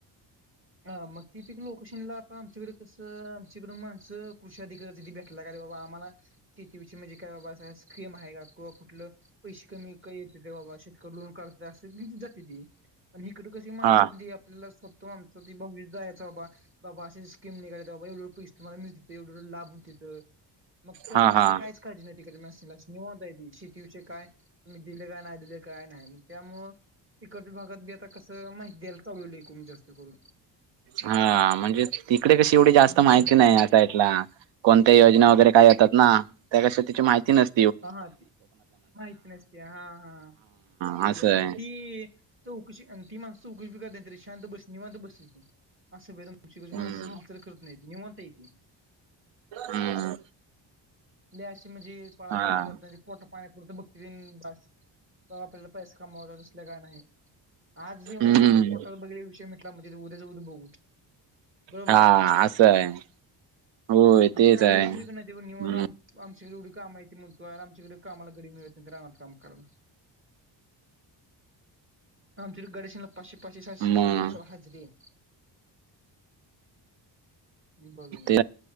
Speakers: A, on the right; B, on the right.
A: हा मग ति पिक लोकेशनला आप आमच्याकडे कसं आमच्याकड माणसं कृषधिका <unintelligible> <unintelligible> बाबा आम्हाला शेतीविषयी म्हणजे काय बाबा अस स्क्रीम आहे का किंवा कुठलं? पैसे कमी येत ते बाबा शेतकरी लोन काढ जात <unintelligible> ती आणि इिकडं कशी माणसात
B: हा
A: तुला सांगतो आमचं बी भविष्य जायचंय बाबा बाबा असे स्कीम निघाल्यात एवढ -एवढ बाबा पैसे तुमला मिळते एवढ-एवढ लाभ होेतेत मग त्यांना
B: हा
A: म अस
B: हा
A: काहीच काळजी नाहीती कला निवा शेतीविषय काय? तु्ही दिले काय नाही दिले काय नाहीग. त्यामुळ इकडच्या भागात बी आता कसं माहिती द्याला चालूल एकूण जास्त करून
B: हा म्हणजे तिकडे कशी एवढी जास्त
A: हम्म
B: माहिती नाही. कोणत्या योजना वगैरे काय येतात ना त्या क तची माहिती नस.
A: हा हा हथ नसतया हा हा तेव
B: हा असं आहे
A: ती चौकशी अि माणस चौकशी करते तरी शां बस निव बसली असं व तुमचीकड
B: हम्म
A: माणस हालचाल करत नाही निवणता येते.
B: हम्म.
A: ल अशी म्हणजे पळापळी
B: हा
A: करत पोट पाण्यापुरत बघती बास ब आपल्याला पैसा कमावतात तस काय नाही आज येऊन
B: हम्म
A: ज पोटात बघितले विषय म ते उद्याच उद्या बघूच. बरोबर
B: हा
A: आहे
B: असं आहे होय
A: आणि
B: तेच
A: कामी
B: आहे
A: तुमच्याकडन ते नि
B: हम्म
A: काम आमच्याकडे एवढे कामा यय म्हण तुर आमच्याकडे कामाला गरी मिळत राना काम करणं. आमच्यारी गडेशला पाचशे पाचशे सातशे
B: मग
A: साते दिवसाला हजरीे आहे. <unintelligible> बघ मग
B: ते